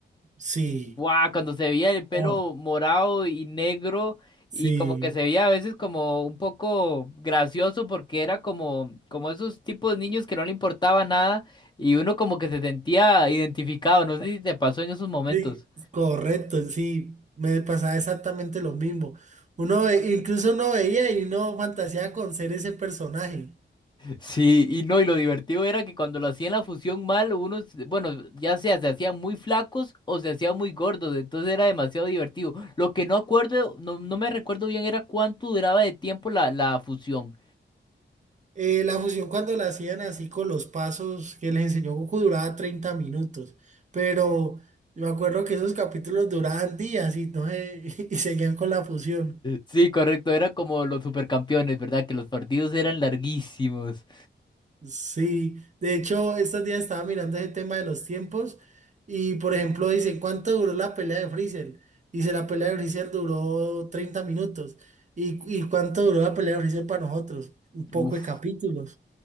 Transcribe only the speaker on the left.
Guau, cuando se veía el pelo
morado y negro
y como que se veía a veces como un poco gracioso porque era como, como esos tipos de niños que no le importaba nada y uno como que se sentía identificado. No sé si te pasó en esos momentos.
Sí, y no, y lo divertido era que cuando lo hacían la fusión mal, unos, bueno, ya sea se hacían muy flacos o se hacían muy gordos, entonces era demasiado divertido. Lo que no acuerdo, no, no me recuerdo bien era cuánto duraba de tiempo la, la fusión.
Sí, correcto, era como los supercampeones, ¿verdad? Que los partidos eran larguísimos.
Uf,